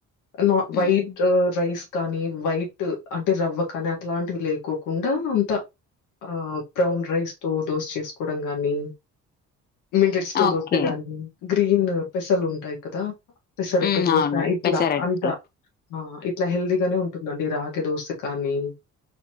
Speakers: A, on the left; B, on the left.
A: నా వైట్
B: మ్మ్
A: రైస్ కానీ వైట్ అంటే రవ్వ కానీ అట్లాంటివి లేకోకుండా అంతా ఆ బ్రౌన్ రైస్ తో దోశ చేసుకోవడం గాని మిల్లెట్స్ తో
B: ఓకే
A: దోసే గానీ, గ్రీను పెసలుంటయి కదా పెసరట్టు
B: మ్మ్
A: దోస
B: అవును
A: ఇట్లా
B: పెసరట్టు
A: అంతా ఆ ఇట్లా హెల్దీగానే ఉంటుందండి రాగి దోస కానీ